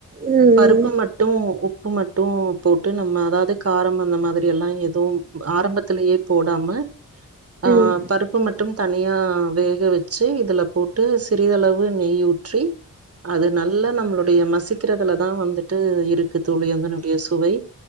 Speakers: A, on the right; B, on the right.
A: ம் ம்
B: பருப்பு மட் ரு உப்பு மட்டு போட்டு நம்ம அதாவது காரம் அந்த மாதிரில்லா எதுவும் ஆரம்பத்திலயே போடாம ஆஹ்
A: ம்
B: பருப்பு மட்டும் தனியா வேக வச்சு இதுல போட்டு சிறிதளவு நெய் ஊற்றி அது நல்லா நம்ளுடைய மசிக்கிறதுல தா வந்துட்டு இருக்கு தோழி அதனுடைய சுவை